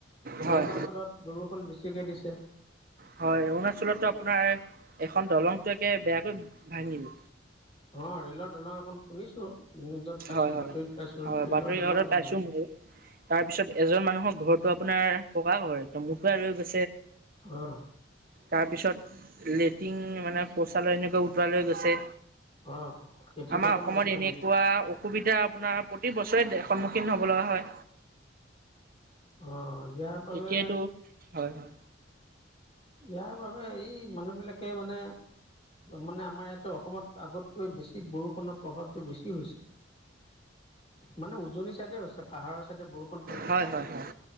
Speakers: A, on the right (about 50°); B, on the left (about 30°).
A: হয়
B: অৰুণাচলত বৰষুণ বেছিকৈ দিছে
A: হয় অৰুণাচলতো আপোনাৰ এখন দলংট একে বেয়াকৈ ভাঙিল।
B: অ' ৰেলৰ দলং এখন শুনিছো নিউজত পাইছো
A: হয় হয়
B: বাতৰিত পাইছো
A: হয়
B: ৰেলৰ
A: বাতৰি
B: দলংখন
A: কাকতত পাইছো ময়ো। তাৰ পিছত এজন মানুহৰ ঘৰতো আপোনাৰ পকা ঘৰ একদম উটুৱাই লৈ গৈছে।
B: অ'
A: তাৰপিছত লেট্ৰিন মানে শৌচালয় এনেকৈ উতোৱ লৈ গৈছে
B: অ খেতি
A: আমাৰ
B: পথাৰ
A: অসমত
B: নষ্ট
A: এনেকুৱা
B: কৰিছে অ
A: সুবিধা আপোনাৰ প্ৰতি বছৰে সন্মুখীন হ'ব লগা হয়।
B: অহ ইয়াৰ বাবে
A: এতিয়াতো হয় হয়
B: ইয়াৰ বাবে এই মানুহ বিলাকে মানে মানে আমাৰ ইয়াতে অসমত আগতকৈ বেছি বৰষুণৰ প্ৰভাৱটো বেছি হৈছে মানে উজনি চাইডে হৈছে পাহাৰৰ ছাইডে বৰষুণ পৰে
A: হয় হয় হয়